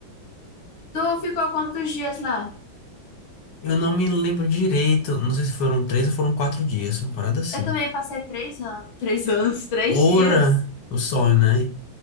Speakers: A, on the left; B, on the left.
A: Tu ficou quantos dias lá?
B: Eu não me lembro direito. Não sei se foram três ou foram quatro dias. Uma parada assim.
A: Eu também passei três anos. Três anos, <laughs> três
B: Ora,
A: dias.
B: o sonho, né?